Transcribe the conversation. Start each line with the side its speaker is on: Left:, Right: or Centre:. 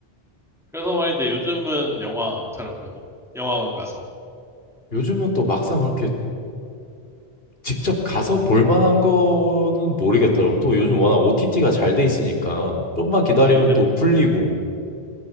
Centre: 그래서 말인데 요즘은 영화 잘 안 보니? 영화관 가서.
Left: 요즘은 또 막상 그렇게 직접 가서 볼 만한 거는 모르겠더라고. 또 요즘 워낙 OTT가 잘 돼 있으니까 좀만 기다리면
Centre: 그렇지, 랩,
Left: 또 풀리고.